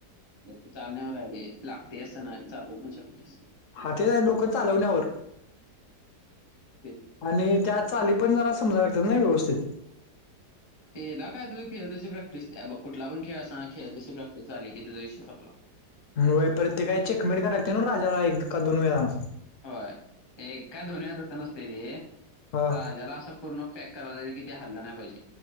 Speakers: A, on the left; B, on the left.
A: ते चालण्यावर आहे, <unintelligible> लागतेस अस नाही चालू पण शकतेस.
B: हा, तेच आहे डोकं चालवण्यावर
A: ते
B: आणि- त्या चाली पण जरा समजावी लागतात ना व्यवस्थित.
A: तेला काय तु <unintelligible> प्रॅक्टिस कुठला पण खेळ असा खेळण्याची प्रॅक्टिस झाली की त्याचा विषय संपला.
B: वय परत ते काय चेकमेट करायते, ना राजाला एक का दोन वेळाला?
A: होय, एका का दोन वेळेला नसते ते
B: हा
A: राजाला असं- पूर्ण पॅक करायला लागत, ते हल्लं नाही पाहिजे.